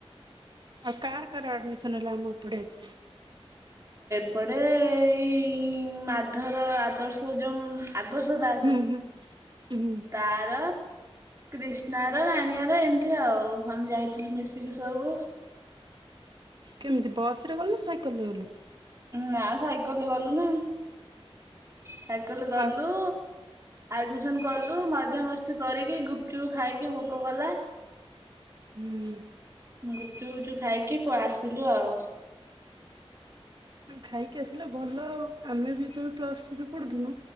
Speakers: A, on the right; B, on the right.
A: ଆଉ କାର କାର ଆଡମିଶନ ହେଲା ଆମ ଏପଟେ ଆଜି?
B: ସେପଟେ ଏଇ ମାଧର ଆଦର୍ଶ ଯୋଉ ଆଦର୍ଶ ଦାସ
A: ହୁଁ ହୁଁ ହୁଁ
B: ତାର। କ୍ରିଷ୍ଣାର ରାଣୀଆର ଏମିତି ଆଉ ଆମେ ଯାଇଥିଲୁ ମିଶିକି ସବୁ।
A: କେମିତି ବସ ରେ ଗଲୁ ନା ସାଇକେଲ ରେ ଗଲୁ?
B: ନା ସାଇକଲରେ ଗଲୁ ନା। ସାଇକେଲ ଗଲୁ।
A: ଆଉ
B: ଆଡମିସନ କଲୁ ମଜାମସ୍ତି କରିକି ଗୁପଚୁପ ଖାଇଲୁ ଭୋକ କଲା।
A: ହୁଁ।
B: ଗୁପୁଚୁପ ଫୁପୁଚୁପ ଖାଇକି ଆସିଲୁ ଆଉ।
A: ଖାଇକି ଆସିଲେ ଭଲ ଆଉ ଆମେ ବି ଯେତେବେଳେ ପ୍ଲସ ଟୁ ରେ ପଢୁୁଥିଲୁ